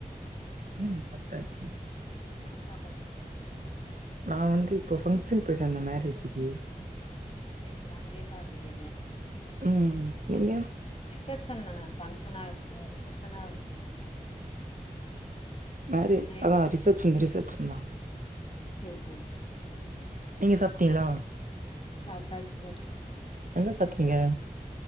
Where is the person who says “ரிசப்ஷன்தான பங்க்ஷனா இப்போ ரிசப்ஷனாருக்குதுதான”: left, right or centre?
Left